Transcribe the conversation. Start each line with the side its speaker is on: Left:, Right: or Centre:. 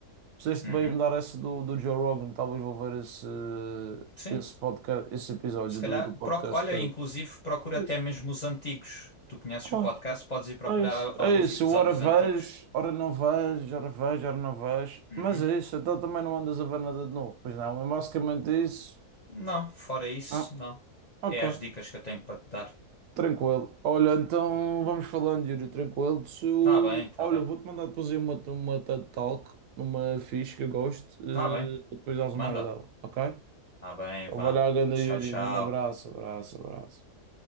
Right: Fizeste
Left: uhum.
Right: bem em me dar essa do, do Joe Rogan, talvez vou ver esse,
Left: Sim.
Right: esse podcast, esse episódio
Left: Se calhar,
Right: do, do podcast
Left: proc- olha,
Right: dele.
Left: inclusive procura
Right: Pois,
Left: até mesmo os antigos. Tu conheces
Right: pá,
Left: o podcast, podes ir procurar
Right: é isso.
Left: al- alguns
Right: É isso,
Left: episódios
Right: eu ora vejo,
Left: antigos.
Right: ora não vejo, ora vejo, ora não vejo.
Left: Uhum.
Right: Mas é isso, então também não andas a ver nada de novo, pois não, é basicamente isso.
Left: Não, fora isso,
Right: Ah,
Left: não.
Right: ok,
Left: É as dicas que eu tenho para te dar.
Right: tranquilo. Olha, então vamos falando, Yuri, tranquilo. Se eu-
Left: Tá bem, tá
Right: Olha,
Left: bem.
Right: eu vou-te mandar depois aí uma, uma TED Talk, uma ficha que eu gosto, eh,
Left: Tá bem.
Right: para depois dares
Left: Manda.
Right: uma hora dela, ok?
Left: Tá bem,
Right: Vamos
Left: vá.
Right: olhar, grande
Left: Tchau,
Right: Yuri.
Left: tchau.
Right: Grande abraço, abraço, abraço.